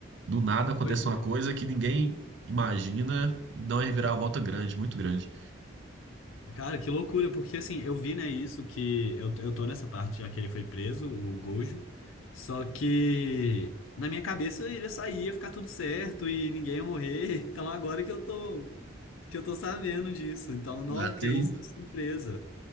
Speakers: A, on the right (about 60°); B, on the left (about 85°).
A: Do nada acontece
B: Pois é.
A: uma coisa que ninguém imagina e dá uma reviravolta grande, muito grande.
B: Cara, que loucura, porque assim, eu vi, né, isso que eu, eu tô nessa parte já que ele foi preso, o Gojo. Só que na minha cabeça ele ia sair, ia ficar tudo certo e ninguém ia morrer. <laughs> Então agora que eu tô que eu tô sabendo disso. Então, nossa,
A: Lá
B: que
A: tem,
B: isso,
A: um-
B: que surpresa.